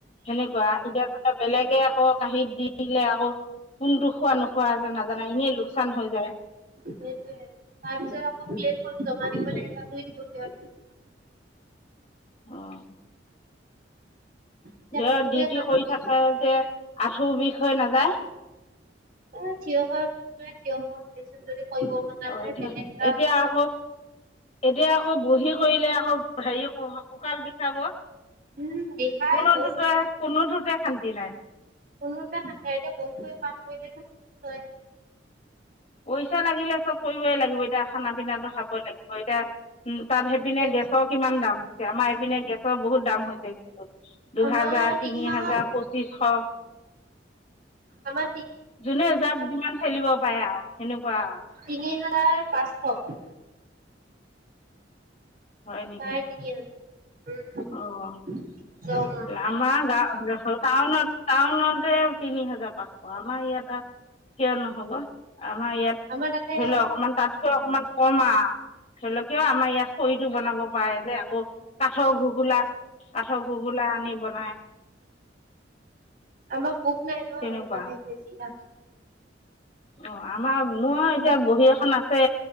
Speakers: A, on the left (about 35°); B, on the right (about 55°).
A: সেনেকুৱা, এতিয়া ধৰি লোৱা বেলেগে আকৌ কাঁহীত দি দিলে আকৌ কোনটো খোৱা নোখোৱা এটা নাজানা এনেই লোকচান হৈ যায়।
B: সেইটোয়ে তাৰপিছত আকৌ প্লেটখন জমা দিব লাগে ধুই দিব সিহঁতে।
A: অ'।
B: এতিয়া
A: দে
B: বহি বহি
A: ডিউটি
B: কাম
A: কৰি থাকে
B: আছো
A: যে আঁঠুৰ বিষ হৈ নাযায়?
B: এ, থিয় হৈ মন থিয় মন যদি কৰিব মন নাযায়
A: অঁ এতিয়া
B: বেলেগ এটা
A: এতিয়া আকৌ এতিয়া আকৌ বহি কৰিলে আকৌ হেৰি ক-কঁকাল বিষাব।
B: উম বিষাই
A: কোনোটোটে,
B: বহুত
A: কোনোটোতে শান্তি নাই।
B: কোনোতে শান্তি নাই, এতিয়া বহি বহি কাম কৰিলেতো খুনিও <unintelligible>
A: পইচা লাগিলে চব কৰিবই লাগিব এতিয়া। খানা পিনাটো খাব লাগিব। এতিয়া উম, তাত সেইপিনে
B: সেইটোৱে
A: গেছক কিমান দাম হৈছে। আমাৰ এইপিনে গেছৰ বহুত দাম হৈছে কিন্তু দুহাজাৰ,
B: আমাৰ
A: তিনি
B: মাহত
A: হাজাৰ, পঁচিছশ।
B: আমাৰ কি কি
A: যোনে যাক যিমান ঠেলিব পাৰে আৰু। সেনেকুৱা
B: তিনি হাজাৰ পাঁচশ।
A: হয় নেকি
B: চাৰে তিনি হাজাৰ,
A: অঁ
B: উম। দৰমহা
A: আমাৰ গাওঁ অঞ্চলৰ, টাউনত টাউনতে তিনি হাজাৰ পাঁচশ। আমাৰ ইয়াতা কিয় নহ'ব, আমাৰ ইয়াত
B: আমাৰ তাতে
A: ধৰি ল অকমান তাত কৈ অকমান ক'ম আ, ধৰি ল কিয় আমাৰ ইয়াত খৰিত টো বনাব পাৰে যে, আকৌ কাঠৰ ঘগোলা কাঠৰ ঘগোলা আনি বনাই।
B: আমাৰ বুক নাই ন'
A: তেনেকুৱা
B: সেইকাৰণে বেছি দাম।
A: অ' আমাৰ মোৰ এতিয়া
B: বুক
A: বহী এখন আছে।